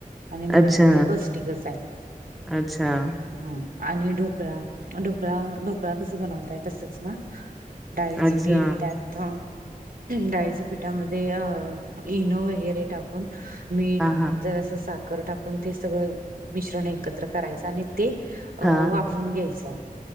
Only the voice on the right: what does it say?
आणि मुलांना
ते पौष्टिकच आहे.
ह आणि ढोकळा ढोकळा ढोकळा कस बनवताय तसच ना. डाळीच
पीठ त्यात डाळीच्या पीठामध्ये अ इनो वगैरे टाक न मीठ
जरास सा टाकून ते सगळं मिश्रण एकत्र करायचं आणि ते अ
वाफऊन घ्यायचं.